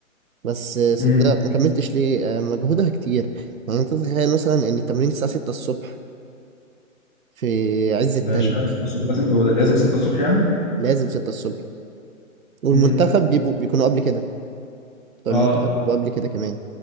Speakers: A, on the right; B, on the left.
A: بس سبتها
B: امم
A: ما كملتش ليه آه، مجهودها كتير يعني انت تتخيل مثلا ان التمرين الساعه 6 الصبح في عز التلج
B: ده اشمعنى 6 الصبح لازم هو ده لازم 6 الصبح يعني
A: لازم 6 الصبح والمنتخب
B: امم
A: بيبقوا بيكونوا قبل كده بتوع
B: اه
A: المنتخب بيبقوا قبل كده كمان